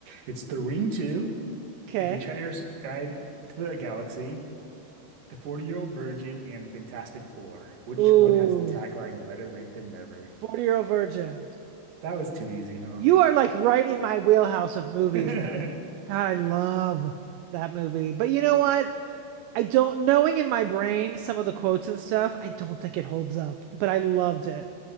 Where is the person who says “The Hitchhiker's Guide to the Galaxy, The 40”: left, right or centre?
Right